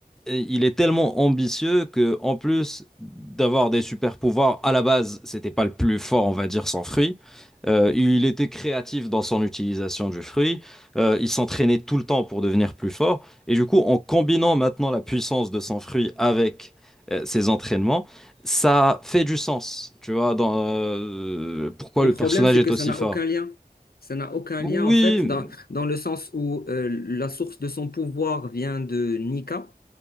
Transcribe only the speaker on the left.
Le
problème,
c'est
que
ça n'a
aucun lien. Ça n'a aucun
lien, en fait, dans, dans le sens où euh, la source de son pouvoir vient de Nika.